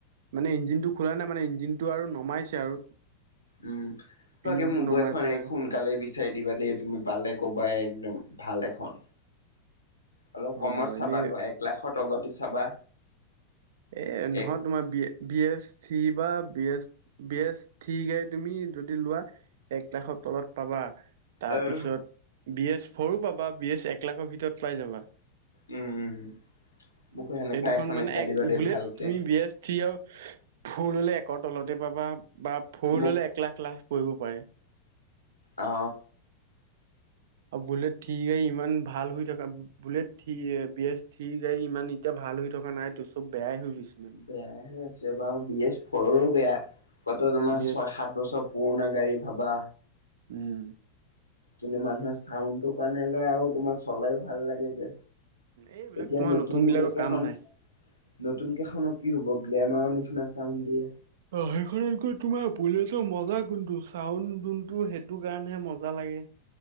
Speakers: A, on the right; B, on the left.
A: মানে ইঞ্জিনটো খোলা নাই মানে, ইঞ্জিনটো আৰু নমাইছে আৰু।
B: উম, তই
A: ইঞ্জিনটো
B: কি মোকো
A: নমাই
B: এখন
A: পেলাই
B: এক খোন সোনকালে বিচাৰি দিবা দেই, তুমি পালে কবায়ে একদম ভাল এখন। অলপ
A: অ
B: কমত চাবা,
A: এনেই
B: ধৰ এক লাখৰ তলতে চাবা।
A: এ নহত
B: এক
A: তোমাৰ বি-বি এছ থ্ৰি বা বি-বি এছ থ্ৰি গাড়ী, তুমি যদি লোৱা এক লাখৰ তলত পাবা। তাৰ
B: আহ,
A: পিছত বি এছ ফৰো পাবা বি এছ এক লাখৰ ভিতৰত পাই যাবা
B: উম উম মোকো সেনেকা
A: সেই দুখন
B: এখনে
A: মানে
B: চাই
A: এক
B: দিবা দেই
A: বুলেট
B: ভালকে
A: তুমি বিএষ্ট থ্ৰি হওঁক ফৰ ল'লে একৰ তলতে পাবা বা ফৰ
B: মোক
A: ল'লে এক লাখ লাখ পৰিবও পাৰে।
B: অ।
A: আৰু বুলেট ঠি গাড়ী ইমান ভাল হৈ থকা বুলেট থি বিএছ থি গাড়ী ইমান এতিয়া ভাল হৈ থকা নাই তোৰ চব বেয়াই হৈ গৈছে। মানে
B: বেয়াই হয় আছে বাৰু বি এছ ফৰৰো বেয়া ক'ত তোমাৰ
A: বি
B: ছয়
A: এছ
B: সাত বছৰ পুুৰণা গাড়ী ভাবা।
A: উম।
B: কিন্তু মানুহে চাউটোৰ কাৰণে লয় আৰু তোমাৰ চলাইয়ো ভাল লাগে যে।
A: এইবিলাক
B: এতিয়া
A: তোমাৰ
B: নতুন বুলেট
A: বিলাকৰ
B: কেইখন?
A: কাম নাই
B: নতুন কেইখনো কি হ'ব গ্লেমাৰৰ নিচিনা চাউণ্ দিয়ে।
A: অ সেইখনত গৈ তোমাৰ বুলেতো মজা কোনটো চাউড যোনটো সেইটো কাৰণেহে মজা লাগে।